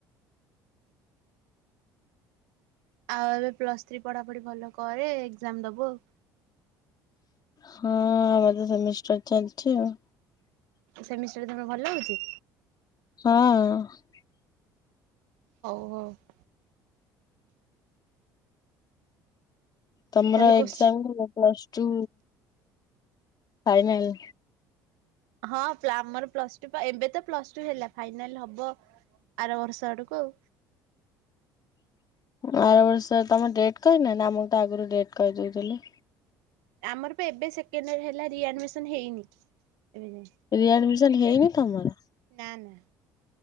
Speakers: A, on the right; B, on the left.
A: ଆଉ ଏବେ ପ୍ଲସ୍ ଥ୍ରୀ ପଢ଼ାପଢି ଭଲ କରେ ଏକ୍ଜାମ ଦବୁ ଆଉ
B: ହଁ ଆମର ତ ସେମିଷ୍ଟର ଚାଲିଛି ଆଉ
A: ସେମିଷ୍ଟାରେରେ ତମେ ଭଲ ହଉଛି?
B: ହଁ
A: ହଉ, ହଉ।
B: ତମର
A: ଭଲ କୋଶ୍ଚି
B: ଏକ୍ଜାମ କେବେ ପ୍ଲସ୍ଟୁ ଫାଇନାଲ?
A: ହଁ ପ୍ଲାମର ପ୍ଲସ୍ଟୁ ପା ଏବେ ତ ପ୍ଲସ୍ଟୁ ହେଲା ଫାଇନାଲ ହବ। ଆରବର୍ଷ ଆଡ଼କୁ ଆଉ।
B: ଆର ବର୍ଷ ତମ ଡେଟ୍ କହିନାନ୍ ଆମକୁ ତ ଆଗରୁ ଡେଟ୍ କହିଦଉଥିଲେ।
A: ଆମର ପା ଏବେ ସେକଣ୍ଡଇୟର ହେଲା ରିଆଡ଼ମିସନ ହେଇନି ଏବେଁ ଯାଏ।
B: ରି ଆଡ଼ମିସନ ହେଇନି ତମର?
A: ନାଁନା।